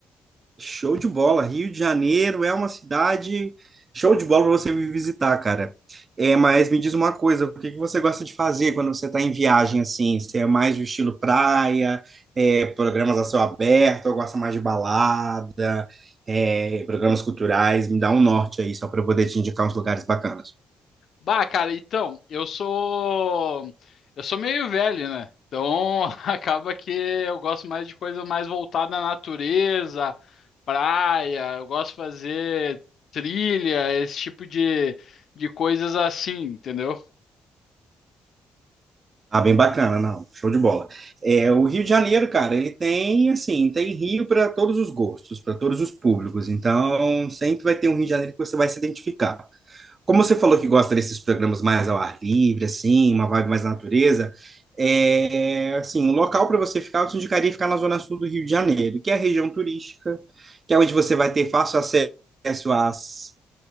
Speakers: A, on the right; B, on the left.
A: Show de bola. Rio de Janeiro é uma cidade show de bola para você vir visitar, cara. É, mas me diz uma coisa, o que que você gosta de fazer quando você está em viagem assim? Você é mais do estilo praia, é, programas a céu aberto, ou gosta mais de balada, é, programas culturais? Me dá um norte aí, só para eu poder te indicar uns lugares bacanas.
B: Bah, cara, então, eu sou eu sou meio velho, né? Então, <laughs> acaba que eu gosto mais de coisa mais voltada à natureza, praia, eu gosto de fazer trilha, esse tipo de, de coisas assim, entendeu?
A: Ah, bem bacana, não. Show de bola. É, o Rio de Janeiro, cara, ele tem, assim, tem Rio para todos os gostos, para todos os públicos. Então, sempre vai ter um Rio de Janeiro que você vai se identificar. Como você falou que gosta desses programas mais ao ar livre, assim, uma vibe mais natureza, é, assim, um local para você ficar, eu te indicaria ficar na zona sul do Rio de Janeiro, que é a região turística, que é onde você vai ter fácil acesso às